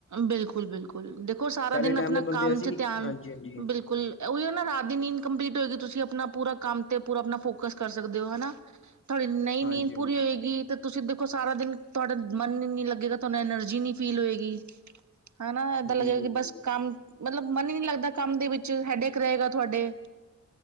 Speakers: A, on the right; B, on the left.
A: ਬਿਲਕੁਲ ਬਿਲਕੁਲ, ਦੇਖੋ ਸਾਰਾ
B: ਪਹਿਲੇ
A: ਦਿਨ
B: ਟਾਈਮ
A: ਅਪਣਾ
B: ਦੇ ਬੰਦੇ
A: ਕੰਮ
B: ਅਸੀਂ
A: ਚ ਧਿਆਨ
B: ਹਾਂਜੀ ਹਾਂਜੀ
A: ਬਿਲਕੁਲ ਐ ਓਈਓ ਨਾ ਰਾਤ ਦੀ ਨੀੰਦ ਕਪਲੀਟ ਹੋਏਗੀ, ਤੁਸੀਂ ਅਪਣਾ ਪੂਰਾ ਕੰਮ ਤੇ ਪੂਰਾ ਅਪਣਾ ਫੋਕਸ ਕਰ ਸਕਦੇ ਹੋ ਹਨਾ। ਥੋਡੀ ਨਈ
B: ਹਾਂਜੀ
A: ਨੀਂਦ ਪੂਰੀ
B: ਹਾਂਜੀ
A: ਹੋਏਗੀ ਤੇ ਤੁਸੀਂ ਦੇਖੋ ਸਾਰਾ ਦਿਨ ਤੁਆਡਾ ਮਨ ਈ ਨੀ ਲੱਗੇਗਾ ਤੁਆਨੂੰ ਐਨਰਜੀ ਨੀ ਫੀਲ ਹੋਏਗੀ। ਹੈਨਾ ਏਦਾਂ ਲੱਗੇਗਾ
B: ਬਿਲਕੁਲ
A: ਕਿ
B: ਬਿਲਕੁਲ
A: ਬੱਸ ਕੰਮ ਮਤਲਬ ਮਨ ਈ ਨੀ ਲੱਗਦਾ ਕੰਮ ਦੇ ਵਿੱਚ ਹੈਡੇਕ ਰਹੇਗਾ ਤੁਹਾਡੇ।